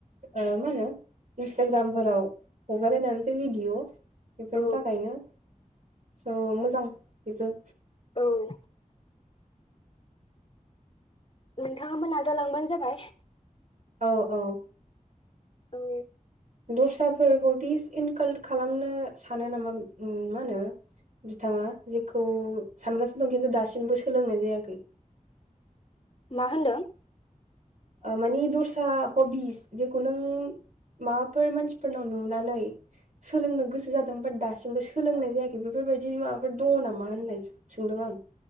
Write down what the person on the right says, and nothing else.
ओ मा होनो इन्सटाग्रामफोराव हगारायनानैसो भिडिअ बेफोरनि
थाखायनो स' मोजां बेबो
औ औ
दस्राफोरखौदि बिस इनकालट खालामनो सानो नामा मा होनो बिथाङा जेखौ सानगासिनो दं खिन्थु दासिमबो सोलोंनाय जायाखै
ओ मानि दस्रा हबिस जेखौ नों माबाफोर मानसिफोरनाव नुनानै सोलोंनो गोसो जादों बाट दासिमबो सोलोंनाय जायाखै बेफोरबायदि माबाफोर दङ नामा होननाय सोंदों आं